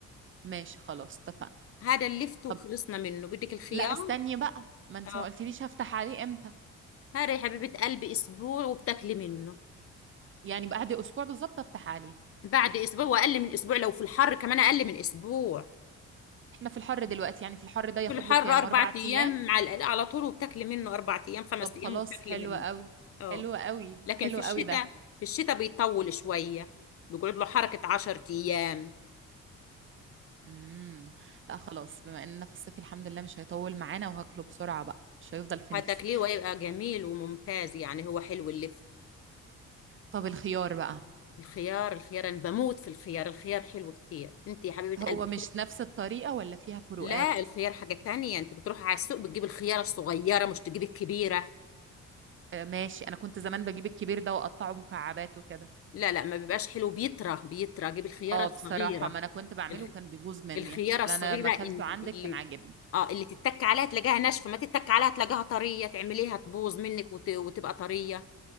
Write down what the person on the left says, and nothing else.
هذا اللفت وخلصنا
منه بدك الخيار
اه
هذا يا حبيبة قلبي اسبوع وبتاكلي منه
بعد اسبوع واقل من اسبوع لو في الحر كمان اقل من اسبوع
في الحر
اربع
ايام
على على طول وبتاكلي منه اربع ايام خمس
ايام وبتاكلي
منه
اه
لكن
في الشتاء
في الشتاء بيطول شوية بيقعد له حركة عشر ايام
هتاكليه
ويبقى جميل وممتاز يعني هو حلو اللفت
الخيار الخيار انا بموت في الخيار الخيار حلو كتير انت يا حبيبة
قلبي
لا الخيار حاجة تانية انت بتروح على السوق بتجيب الخيارة الصغيرة مش تجيب الكبيرة
لا لا ما بيبقاش حلو بيطرى بيطرى جيب الخيارة
الصغيرة
الخ-
الخيارة الصغيرة
إن-
اللي
اه اللي تتك عليها تلاقيها ناشفة ما تتك عليها تلاقيها طرية تعمليها تبوظ منك وت... وتبقى طرية